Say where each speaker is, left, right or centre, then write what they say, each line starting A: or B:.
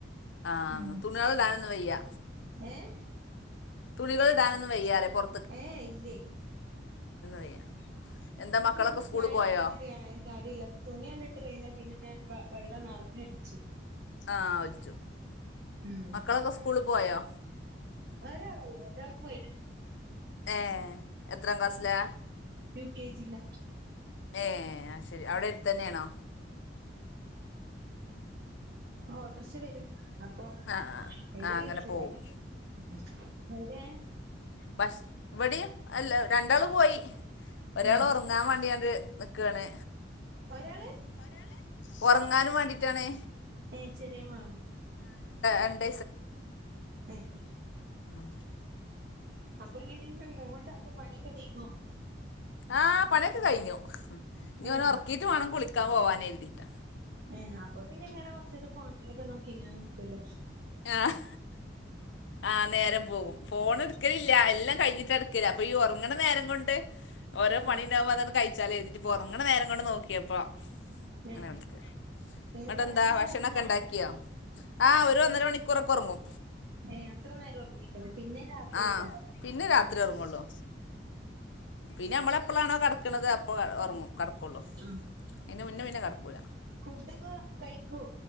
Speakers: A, on the left; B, on the right.
A: ആ
B: ഉം
A: തുണികൾ ഇടാനൊന്നും വയ്യ
B: ഏഹ്
A: തുണികള്ടാനൊന്നും വയ്യാറിയാ പൊർ
B: ഏഹ് ഇല്ലയ്
A: വയ്യ എന്താ
B: നി
A: മക്കളൊക്കെ സ്കൂളിൽ
B: മഴൊള്ളാർഞ്ഞ്ട്ട്
A: പോയോ
B: കാര്യല്ല തുണിയണ്ടിട്ട് കഴിഞ്ഞാ പിന്നെ വ വെള്ളം നറ്ഞ്ഞൊൽച്ചു
A: ആഹ് ഒൽച്ചും
B: ഉം
A: മക്കളൊക്കെ സ്കൂളിൽ പോയോ
B: ഒരാളൊള്ളൂ ഒരാള് പോയ്ണ്
A: ഏഹ് എത്രാം ക്ലാസ്സിലാ
B: യു കെ ജി ല്ലാ
A: ഏഹ് അത് ശരി അവ്ടെ എര്ത്തന്നെയാണോ
B: ഓട്ടർഷ വരും അപ്പൊ
A: ആ ആ
B: അയ്‌ല്
A: ആ
B: കയറ്റി
A: അങ്ങനെ പോവും
B: വിടലാ ഉം അവ്‌ടെ
A: ബസ് ഇവടിം അല്ല രണ്ടാള് പോയി ഒരാള്
B: ഉം
A: ഒറങ്ങാൻ വാണ്ടിക്കാണ്ട് നിക്കാണ്
B: ഒരാള്
A: ഒരാള് ഒറങ്ങാനും വാണ്ടിട്ടാണ്
B: ഏഹ് ചെറിയ മാൾ
A: രണ്ട്
B: ഏഹ്
A: ഉം
B: അപ്പൊ <unintelligible> പണിയൊക്കെ നീങ്ങോ?
A: ആഹ്. പണിയൊക്കെ കയ്ഞ്ഞു. ഞ്ഞ്
B: ഉം
A: ഓനെ ഒർക്കീട്ട് വാണം കുളിക്കാൻ പോവാനെര്തീട്ട്.
B: ഏഹ് അപ്പൊ പിന്നെങ്ങനെ കൊർച്ചേരം ഫോണിമെലൊക്കെ നോക്കിങ്ങനെ നിക്കുലെ.
A: ആഹ്. ആഹ്. നേരം പോവും. ഫോണട്ക്കലില്ല. എല്ലം കയ്ഞ്ഞ്ട്ടാട്ക്കല്. അപ്പൊ ഈ ഒർങ്ങ്ണ നേരം കൊണ്ട് ഓരോ പണിണ്ടാവുമ്പോ
B: ആഹ്
A: അതണ്ട് കയ്ച്ചാലെര്തീറ്റ്. പൊറങ്ങ്ണേരം കൊണ്ട് നോക്കിയപ്പൊ. അങ്ങനെ
B: ഏ
A: അവക്ക്
B: ഇങ്ങനെ
A: ങ്ങട്ടെന്താ?
B: കൊറേ നേരം
A: ഭക്ഷണൊക്കെണ്ടാക്കിയോ?
B: ഉറങ്ങോ
A: ആഹ് ഒരു ഒന്നര
B: ഓ
A: മണിക്കൂറൊക്കെ ഒർങ്ങും.
B: ഏ അത്ര നേരം ഒർങ്ങീക്കോ. പിന്നെ രാത്രിയ്ക്കാരം.
A: ആഹ് പിന്നെ രാത്രി ഉറങ്ങുള്ളൂ പിന്നെ അമ്മളെപ്പ്ളാണോ കടക്ക്‌ണത്. അപ്പ ഒർങ്ങു കട്ക്കുള്ളൂ.
B: ആ
A: അയ്ന്റെ മുന്നേ പിന്നെ കടക്കൂല.
B: ഫുഡൊക്കെ കഴിക്കോ